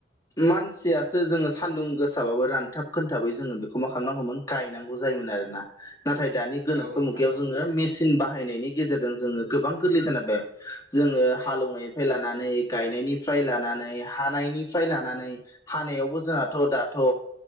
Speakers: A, on the left; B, on the right.
A: मानसियासो जोङो सान्दुं गोसाबाबो रानथाब खोनथाबै जोङो बेखौ मा खालामनांगौमोन गायनांगौ जायोमोन आरो ना नाथाय दानि गोनोखो
B: औ नोंथां
A: मुगगायाव
B: औ
A: जोङो मेसिन बाहायनायनि गेजेरजों जोङो गोबां गोरलैजानाबाय जोङो हालेवनायनिफ्राय लानानै गायनायनिफ्राय लानानै हानायनिफ्राय लानानै हानायावबो जोंहाथ' दाथ'